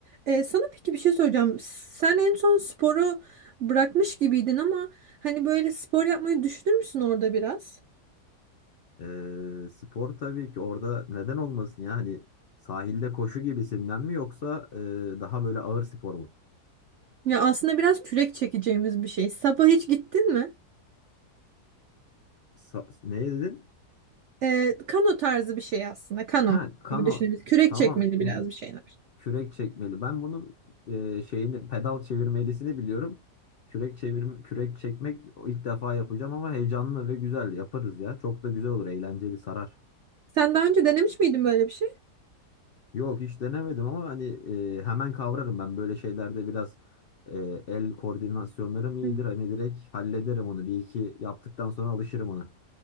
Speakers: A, on the right; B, on the left.
A: Ee, sana peki bir şey soracağım. Sen en son sporu bırakmış gibiydin ama hani böyle spor yapmayı düşünür müsün orada biraz?
B: Ee, spor tabii ki orada neden olmasın ya? Hani sahilde koşu gibisinden mi yoksa e, daha böyle ağır spor mu?
A: Ya aslında biraz kürek çekeceğimiz bir şey. Sabah hiç gittin mi?
B: Sa- ne dedin?
A: Ee, kano tarzı bir şey aslında. Kano
B: Ha kano.
A: gibi düşünebiliriz. Kürek
B: Tamam.
A: çekmeli
B: Bu
A: biraz bir şeyler.
B: Kürek çekmeli. Ben bunun e, şeyini pedal çevirmelisini biliyorum. Kürek çevirim kürek çekmek o ilk defa yapacağım ama heyecanlı ve güzel yaparız ya. Çok da güzel olur, eğlenceli sarar.
A: Sen daha önce denemiş miydin böyle bir şey?
B: Yok hiç denemedim ama hani e, hemen kavrarım ben böyle şeylerde biraz e, el koordinasyonlarım iyidir.
A: Hı.
B: Hani direkt hallederim onu. Bir iki yaptıktan sonra alışırım ona.